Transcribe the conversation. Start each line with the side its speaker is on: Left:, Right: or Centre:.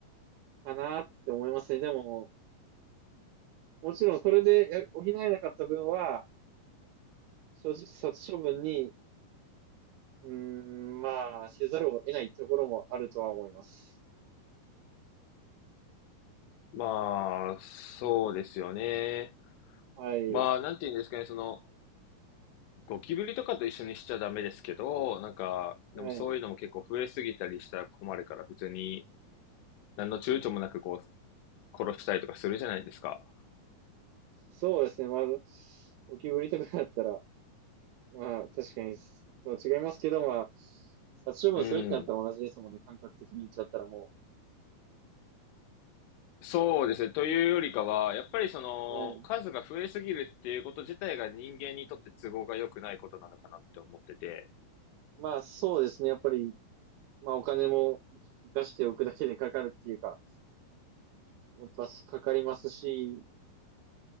Right: かなって思いますね。でも、もちろんそれでや補えなかった分は、正直殺処分にうーん、まあ、せざるを得ないところもあるとは思います。
Left: まあ、そうですよね。
Right: はい。
Left: まあ、なんて言うんですかね、その、ゴキブリとかと一緒にしちゃダメですけど、なんか、
Right: はい。
Left: でもそういうのも結構増えすぎたりしたら困るから、普通に何の躊躇もなくこう、殺したりとかするじゃないですか。
Right: そうですね。まず、ゴキブリとかだったら、まあ、確かに、とは違いますけど、まあ、殺処分するってなったら同じですもんね。
Left: うん。
Right: 感覚的に言っちゃったらも
Left: そうですね。というよりかは、やっぱりその、
Right: う。はい。
Left: 数が増えすぎるっていうこと自体が人間にとって都合が良くないことなのかなって思ってて。
Right: まあ、そうですね。やっぱり、まあ、お金も生かしておくだけでかかるっていうか、やっぱかかりますし、